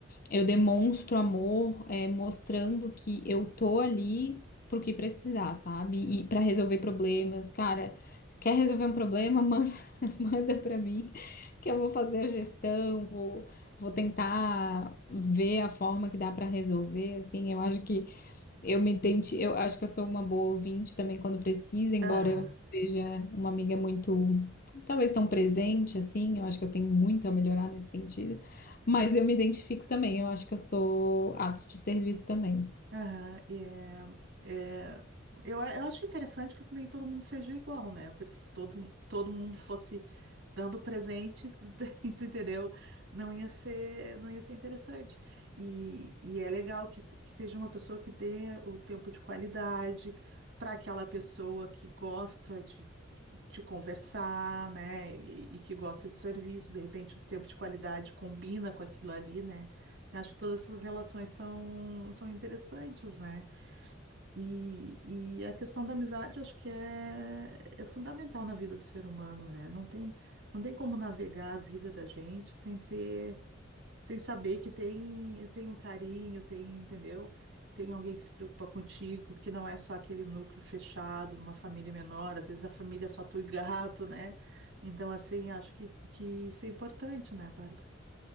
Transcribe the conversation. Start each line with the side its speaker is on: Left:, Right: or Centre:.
Left: eu demonstro amor, é, mostrando que eu tô ali pro que precisar, sabe? E para resolver problemas. Cara, quer resolver um problema? <laughs> Manda, manda para mim, que eu vou fazer a gestão, vou, vou tentar ver a forma que dá para resolver. Assim, eu acho que eu me identi... eu acho que eu sou uma boa ouvinte também quando precisa, embora
Right: Aham.
Left: eu não seja uma amiga muito, talvez tão presente assim, eu acho que eu tenho muito a melhorar nesse sentido, mas eu me identifico também, eu acho que eu sou atos de serviço também.
Right: Aham, e é, é, eu, eu acho interessante que nem todo mundo seja igual, né? Porque se todo, todo mundo fosse dando presente, <laughs> tu entendeu? Não ia ser, não ia ser interessante. E, e é legal que, se- que seja uma pessoa que dê o tempo de qualidade para aquela pessoa que gosta de, de conversar, né? E, e que gosta de serviço, de repente o tempo de qualidade combina com aquilo ali, né? Eu Acho que todas essas relações são, são interessantes, né? E, e a questão da amizade, acho que é, é fundamental na vida do ser humano, né? Não tem, não tem como navegar a vida da gente sem ter, sem saber que tem, tem um carinho, tem, entendeu? Tem alguém que se preocupa contigo, que não é só aquele núcleo fechado, numa família menor, às vezes a família é só tu e gato, né? Então, assim, acho que, que isso é importante, né, Bárbara?